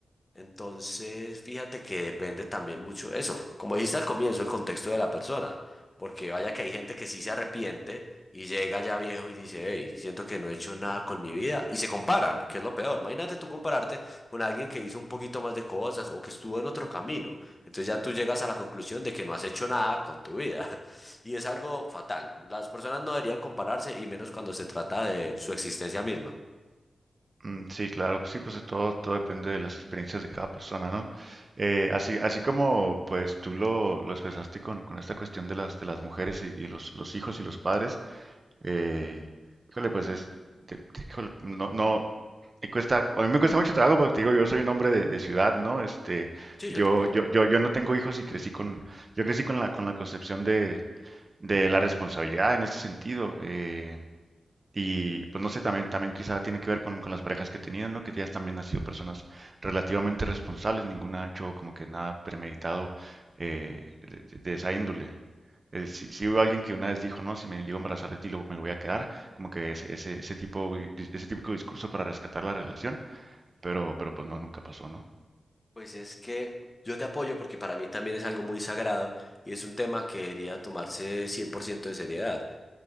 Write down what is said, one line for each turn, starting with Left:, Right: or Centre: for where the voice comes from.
Left: Entonces, fíjate que depende también mucho eso. Como dijiste al comienzo, el contexto de la persona. Porque vaya que hay gente que sí se arrepiente y llega ya viejo y dice, hey, siento que no he hecho nada con mi vida. Y se comparan, que es lo peor. Imagínate tú compararte con alguien que hizo un poquito más de cosas o que estuvo en otro camino. Entonces ya tú llegas a la conclusión de que no has hecho nada con tu vida. <laughs> Y es algo fatal. Las personas no deberían compararse y menos cuando se trata de su existencia misma.
Right: Mm, Sí, claro, pues sí, pues todo, todo depende de las experiencias de cada persona, ¿no? Eh, así, así como pues tú lo, lo expresaste con, con esta cuestión de las, de las mujeres y, y los, los hijos y los padres, Eh, híjole, pues es, de- de- híjole, no, no, me cuesta, a mí me cuesta mucho trabajo porque te digo, yo soy un hombre de, de ciudad, ¿no? Este,
Left: Sí,
Right: yo,
Left: yo también.
Right: yo, yo, yo no tengo hijos y crecí con, yo crecí con la, con la concepción de, de la responsabilidad en ese sentido. eh, y pues no sé, también, también quizá tiene que ver con, con las parejas que he tenido, ¿no? Que ellas también han sido personas relativamente responsables, ninguna ha hecho como que nada premeditado eh, de de- de esa índole. Eh, sí, sí hubo alguien que una vez dijo, no, si me llego a embarazar de ti, lo- me lo voy a quedar, como que ese, ese, ese tipo, ese típico discurso para rescatar la relación, pero, pero pues no, nunca pasó, ¿no?
Left: Pues es que yo te apoyo porque para mí también es algo muy sagrado y es un tema que debería tomarse 100% de seriedad.